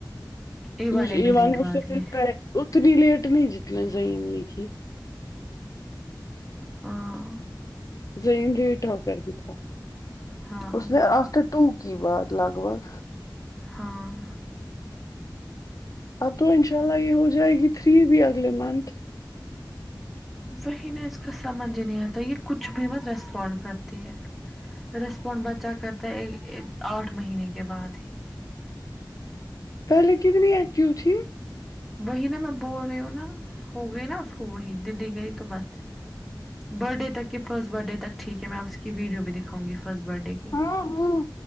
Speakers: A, in the centre; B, on the left.
A: ایوا
B: مجھے
A: نے
B: ای
A: بھی
B: و
A: لیٹ
B: اس
A: بات
B: سے
A: کی
B: پھر اتنی لیٹ نہیں جتنے زم نے کی
A: ہاں
B: زین رٹ کر ہی تھا
A: ہاں
B: اس نے آ ٹو کی بات لگ بھگ
A: ہاں
B: اب تو انشاء اللہ یہ ہو جائے گی تھری بھی اگلے منتھ
A: وہی نہ اس کا سمجھ ہی نہیں آتا یہ کچھ بھی مت ریسپونڈ کرتی ہے ریسپونڈ بچہ کرتا ہے آٹھ مہینے کے بعد ہی
B: پہلے کتنی ایکٹیو تھی
A: وہی نہا میں بول رہی ہوں نا ہو گئی نا اس کو وہی دلی گئی تو بس برتھ ڈے تک کے فرسٹ برھ ڈے تک ٹھیک ہے میں آ اس کی ویڈیو بھی دکھاں گ فسٹ برت ڈے کی
B: ہاں ہاں